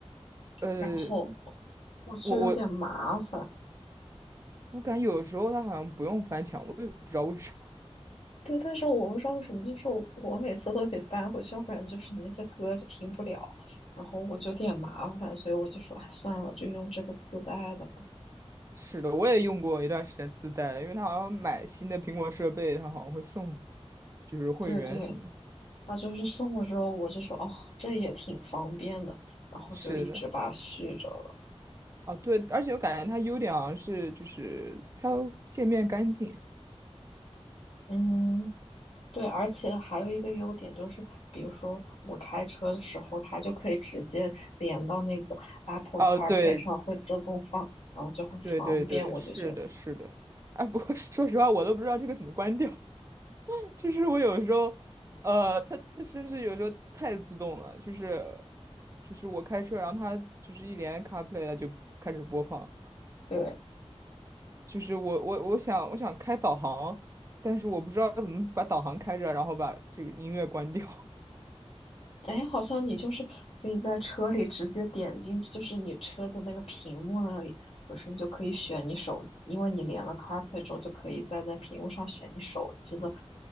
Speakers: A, on the right; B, on the left.
A: 呃，
B: 然后我觉得有点麻烦。
A: 我我我感觉有时候它好像不用翻墙，我也不知道为什么。
B: 对，但是我不知道为什么，就是我我每次都得翻回去，要不然就是你那些歌就听不了，然后我就有点麻烦，所以我就说，哎，算了，就用这个自带的吧。
A: <laughs> 是的，我也用过一段时间自带的，因为它好像买新的苹果设备，它好像会送就是会员什么的。
B: 对对，他就是送了之后，我就说哦，这也挺方便的，然后就一直把它续着了。
A: 是的，哦对，而且我感觉它优点好像是就是它界面干净。
B: 嗯，对，而且还有一个优点就是，比如说我开车的时候，它就可以直接连到那个 Apple
A: 哦，
B: CarPlay
A: 对
B: 上，会自动放，然后就很方便，
A: 对对对，
B: 我就觉得
A: 是的，是的。哎，不过 <laughs> 说实话，我都不知道这个怎么关掉。就是我有时候，呃，它它甚至有时候太自动了，就是就是我开车，然后它就是一连 CarPlay 了就开始播放，
B: 对。
A: 就是我我我想我想开导航，但是我不知道怎么把导航开着，然后把这个音乐关掉
B: 哎，好像你就是可以在车里直接点进去，就是你车的那个屏幕那里，不是你就可以选你手，因为你连了 CarPlay 之后，就可以在那屏幕上选你手机的